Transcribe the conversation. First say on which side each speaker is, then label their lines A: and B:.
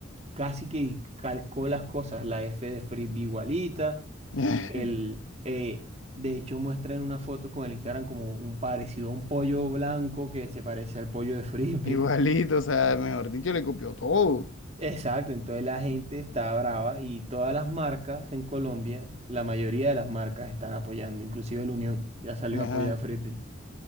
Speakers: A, on the right; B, on the left.
A: casi que calcó las cosas, la F de Frisbee igualita.
B: <laughs>
A: El, eh, de hecho, muestra en una foto con el Instagram como un parecido a un pollo blanco que se parece al pollo de Frisbee.
B: Igualito,
A: <laughs>
B: o sea, mejor dicho, le copió todo.
A: Exacto, entonces la gente está brava y todas las marcas en Colombia, la mayoría de las marcas están apoyando, inclusive el Unión ya salió
B: Ajá.
A: a apoyar a Frisbee.